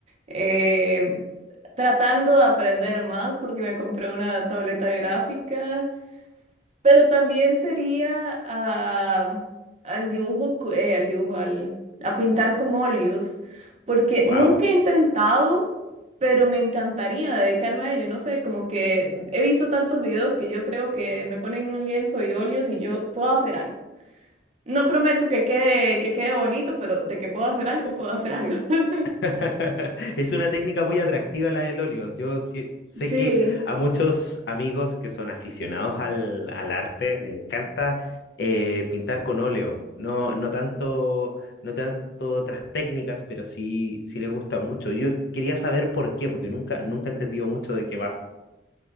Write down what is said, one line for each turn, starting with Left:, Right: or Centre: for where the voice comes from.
Right: eh, tratando de aprender más porque me compré una tableta gráfica. Pero también sería a- al dibujo, cu- eh, al dibujo, al, a pintar con óleos, porque
Left: Wow.
Right: nunca he intentado, pero me encantaría dedicarme a ello. No sé, como que he visto tantos videos que yo creo que me ponen un lienzo y óleos y yo puedo hacer algo. No prometo que quede, que quede bonito, pero de que puedo hacer algo, puedo hacer algo. <laughs>
Left: <laughs> Es una técnica muy atractiva la del óleo. Yo sí- sé
Right: Sí.
Left: que a muchos amigos que son aficionados al, al arte le encanta eh, pintar con óleo. No, no tanto, no tanto otras técnicas, pero sí, sí les gusta mucho. Yo quería saber por qué, porque nunca, nunca he entendido mucho de qué va.